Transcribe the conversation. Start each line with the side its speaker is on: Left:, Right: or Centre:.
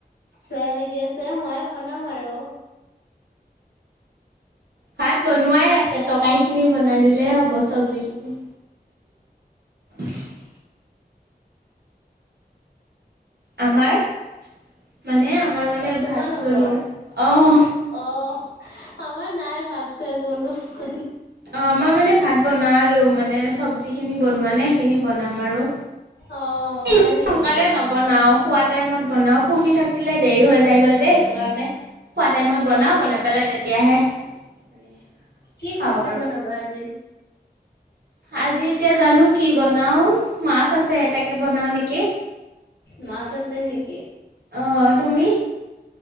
Left: বেয়া লাগি আছে, ময়ে বনাম আৰু।
Right: ভাত বনোৱাই আছে। তৰকাৰী খিনি বনাই দিলেই হ'ব চব্জিখিনি। <unintelligible> আমাৰ মানে আমাৰ মানে
Left: অ' তোমালোকৰ?
Right: ভাত বনোৱাই, অ'
Left: অ' আমাৰ নাই ভাত-চাত বনোৱা।
Right: আমাৰ মানে ভাত বনালোঁ। মানে, চব্জিখিনি বনোৱা নাই। খিনি বনাম আৰু।
Left: অ'
Right: সোনকালে
Left: হয় নেকি?
Right: নবনাও, খোৱা টাইমত বনাও পহী থাকো থাকিলে দেৰি হৈ যায়গৈ যে, সেইটো কাৰণে হয়। খোৱা টাইমত বনাও,
Left: অ'
Right: বনাই পেলাই তেতিয়াহে মানে
Left: কি,
Right: খাওঁ
Left: চব্জি
Right: আৰু
Left: বনাবা আজি?
Right: আজি এতিয়া জানো, কি বনাও। মাছ আছে, তাকে বনাও নেকি।
Left: মাছ আছে নেকি?
Right: অ', তুমি?